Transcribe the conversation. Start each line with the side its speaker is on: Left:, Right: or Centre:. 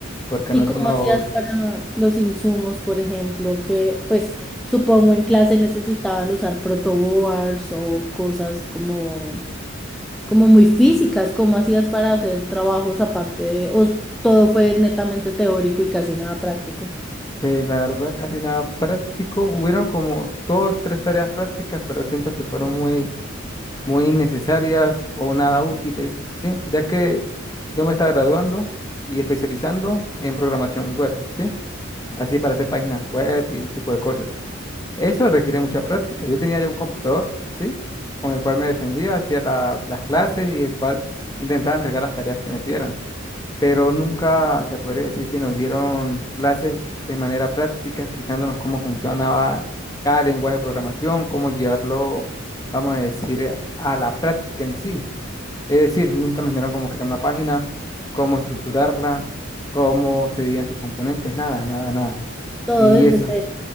Left: porque
Centre: ¿Y
Left: a nosotros
Centre: cómo
Left: nos
Centre: hacías para los insumos, por ejemplo, que pues supongo en clase necesitaban usar protoboards o cosas como, como muy físicas? ¿Cómo hacías para hacer trabajos aparte de, o todo fue netamente teórico y casi nada práctico?
Left: Pues la verdad, casi nada práctico. Hubieron como dos, tres tareas prácticas, pero siento que fueron muy, muy innecesarias o nada útiles, ¿sí? Ya que yo me estaba graduando y especializando en programación web, ¿sí? Así para hacer páginas web y ese tipo de cosas. Eso requiere mucha práctica. Yo tenía ya un computador, ¿sí? Con el cual me defendía, hacía la- las clases y el cual intentaba entregar las tareas que me pidieran pero nunca se podría decir que nos dieron clases de manera práctica explicándonos cómo funcionaba cada lenguaje de programación, cómo llevarlo, vamos a decir, a la práctica en sí. Es decir, nunca nos dieron cómo crear una página, cómo estructurarla, cómo se dividían sus componentes, nada, nada, nada.
Centre: Todo
Left: Y
Centre: desde
Left: eso,